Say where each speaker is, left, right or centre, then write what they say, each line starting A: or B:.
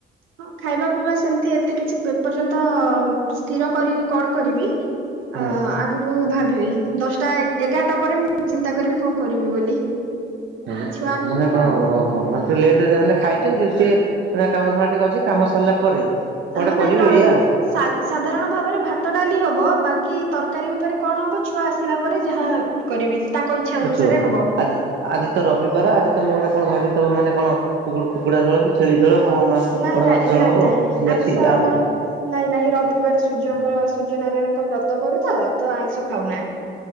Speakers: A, on the right (about 85°); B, on the right (about 65°).
A: ହଁ ଖାଇବା ପିଇବା ସେମିତି ଏତେ କିଛି ଏପର୍ଯ୍ୟନ୍ତ ସ୍ଥିର କରିନି କଣ କରିବି।
B: ହଁ।
A: ଅ ଆଗକୁ ଭାବିବି। ଦଶଟା ଏଗାରଟା ପରେ ମୁଁ ଚିନ୍ତା କରିବି କଣ କରିବି ବୋଲି।
B: ହଉ
A: ଛୁଆ ଆସିଲେ
B: ମାନେ କଣ ହଁ ମାନେ ଟେ ଲେଟାନେ ଖାଇଛନ୍ତି ଟିକେ କାମଧଣ୍ଡା ଟିକେ ଅଛି କାମ ସାରିଲା ପରେ କଣ
A: ହଁ
B: ଗୋଟେ
A: ନାଇଁ
B: କରିବେ
A: ନର
B: ଏଇଆ ଆଉ।
A: ସାଧାରଣ ଭାବରେ ଭାତ ଡାଲି ହବ ବାକି ତରକାରୀ ଉପରେ କଣ ହବ ଛୁଆ ଆସିଲା ପରେ ଯାହା କରିବି ତାଙ୍କ ଇଚ୍ଛା। ଅନୁସାରେ
B: ଆଚ୍ଛା
A: ହବ।
B: ଆଜି ଆଜି ତ ରବିବାର ଆଜି ତମେ ଗୋଟେ କଣ ଭାବି ମାନେ କଣ କୁ କୁକୁଡା ଝୋଳ ଛେଳି ଜଳ କଣ
A: ନାଇଁ
B: କଣ
A: ନାଇଁ
B: ମାଛ ଝୋଳ
A: ନାଇଁ
B: ହବ
A: ନାଇଁ
B: କିଛି
A: ଆଇଁଷ
B: ଅଛି ୟା
A: ଆମର
B: ଉପରେ
A: ନାଇଁ ନାଇଁ ରବିବାର ସୂର୍ଯ୍ୟଙ୍କର ସୂର୍ଯ୍ୟ ନାରାୟଣଙ୍କ ବ୍ରତ କରୁ ତ ତ ଆଇଁଷ ଖାଉନାହି।